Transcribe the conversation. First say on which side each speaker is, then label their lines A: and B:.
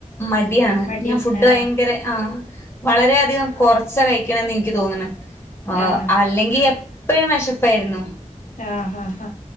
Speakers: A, on the left (about 20°); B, on the left (about 80°).
A: മടിയാണ്
B: മടി
A: ഞാൻ ഫുഡ്‌
B: ആഹ്
A: വയങ്കര ആഹ് വളരെ അതികം കൊറച്ച കയ്ക്കണേന്ന് എനിക്ക് തോന്ന്ണ്. ഓ
B: ആഹ്
A: അല്ലെങ്കി എപ് പ്പഴും വെഷപ്പെരുന്നു.
B: ആ ഹാ ഹാ